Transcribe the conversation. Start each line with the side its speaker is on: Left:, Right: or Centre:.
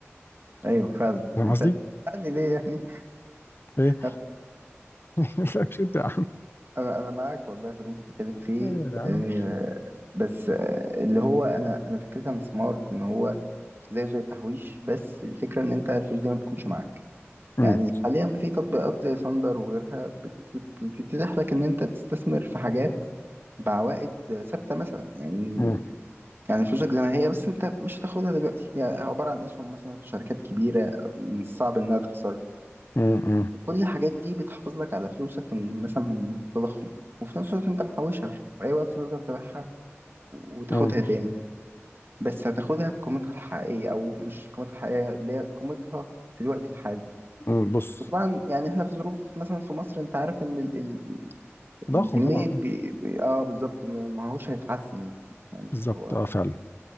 Right: أيوه فعلا
Left: فاهم
Right: أنت-
Left: قصدي؟
Right: قال لي ليه يعني
Left: إيه؟
Right: <laughs> أنا
Left: مالكش انت يا عم
Right: أنا أنا معاك والله في اللي أنت بتتكلم فيه
Left: ايوه يا عم
Right: آه بس آه اللي هو أنا أنا فكرتي عن الاستثمار إن هو زيه زي التحويش بس الفكرة إن أنت الفلوس دي ما بتكونش معاك
Left: مم.
Right: يعني حاليا في تطبيقات زي ساندر وغيرها بت- بت- بتتيح لك ان انت تستثمر في حاجات بعوائد ثابته مثلا يعني
Left: مم.
Right: يعني فلوسك زي ما هي بس انت مش هتاخدها دلوقتي هي عباره عن اسهم مثلا في شركات كبيره من الصعب انها تخسر
Left: مم. مم.
Right: كل الحاجات دي بتحافظ لك على فلوسك من مثلا من التضخم وفي نفس الوقت انت محوشها في اي وقت تقدر تبيعها وتاخدها
Left: مم.
Right: تاني بس هتاخدها بقيمتها الحقيقيه او مش قيمتها الحقيقيه اللي هي قيمتها في الوقت الحالي
Left: مم. بص
Right: وطبعا يعني احنا في ظروف مثلا في مصر انت عارف ان ال- ال-
Left: تضخم
Right: الجنيه
Left: طبعا اه
Right: بي بي اه بالظبط ما ما هوش هيتحسن يعني فاهم؟ اللي
Left: بالظبط
Right: هو
Left: اه فعلا